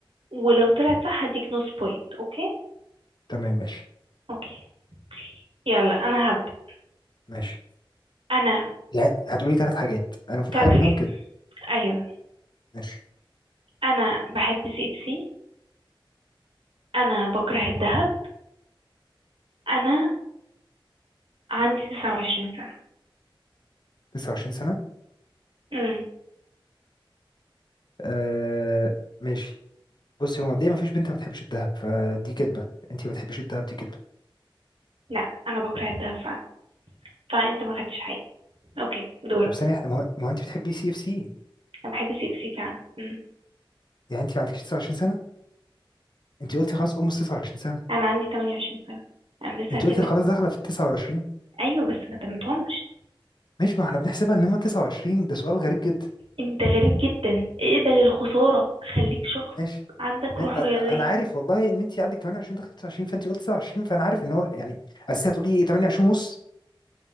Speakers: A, on the right; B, on the left.
A: ولو طلعت صح هديك نص بوينت اوكي
B: تمام ماشي
A: اوكي يلا انا هبدأ
B: ماشي
A: انا
B: يعني هتقولي ثلاث حاجات انا المفروض
A: تلات
B: حاجه منهم
A: حاجات.
B: كده
A: ايوه
B: ماشي
A: انا بحب سي اف سي انا بكره الذهب انا عندي 29 سنة
B: 29 سنه
A: امم
B: آه ماشي بصي هو مبدئيا مفيش بنت ما بتحبش الذهب فدي كدبه انت ما بتحبيش الذهب دي كدبه
A: لا انا بكره الذهب فعلا فانت ما خدتش حاجة اوكي دورك
B: طب ثانيه واحدة، ما هو ما هو انت بتحبي سي اف سي
A: انا بحب سي اف سي فعلا امم
B: يعني انت ما عندكش 29 سنه انت قلتي خلاص ام ال 29 سنه
A: انا عندي 28 سنة انا لسه
B: انت
A: هتم
B: قلتي خلاص داخله في ال 29
A: ايوه بس ما تمتهمش
B: ماشي ما احنا بنحسبها ان هم 29 ده سؤال غريب جدا
A: انت غريب جدا اقبل الخسارة خليك شخص
B: ماشي
A: عندك
B: يعني
A: روح
B: أ-
A: رياضية
B: انا عارف والله ان انت عندك 28 دخلت 29 فانت قلت 29 فانا عارف ان هو يعني اصل هتقولي ايه 28 ونص